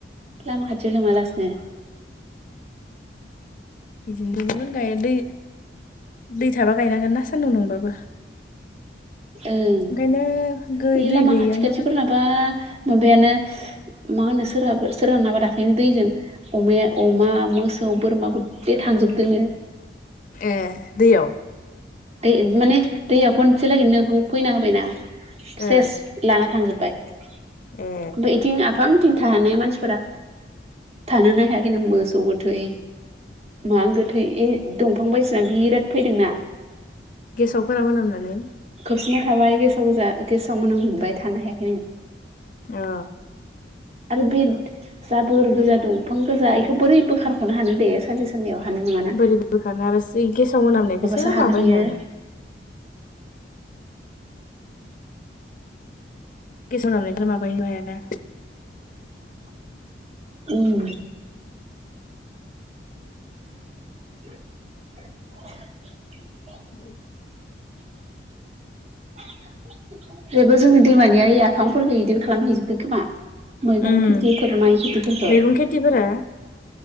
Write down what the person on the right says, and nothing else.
लामा खाथियाव लोमालासिनो
ओं
बे
लामा
खाथि खाथिफोरनाबा माबायानो मा होनो सोरहाबो सोरहा नाबा दाख्लैनो दैजों अमाया अमा मोसौ बोरमा गे थांजोबदङो
दै माने दैया खनसे लागैनो फैना होबायना
सेस लाना थांजोबबाय ओमफ्राय
इथिं आफां बिथिं थानायानाय मानसिफोरा थानोनो हायाखै न मोसौ गोथै मा गोथै ए दंफां बायसिना बिराद फैदोंना
साबसिनना थाबाय गेसाव गोजा गेसाव मोनां मोनबाय थानो हायाखै
आरो बे जाबोर गोजा दंफां गोजा बेखौ बोरै बोखारारख'नो हानो दे सानसे साननैयाव हानाय नङा ना
हागोन
बियो
उम <inaudible>
<inaudible> जेबो जोंनि दैमानिया आफांफोरखौ बिदिनो खालामहैजोबबाय खोमा मैगं
खेथि फोर माय खेथिफोरखौ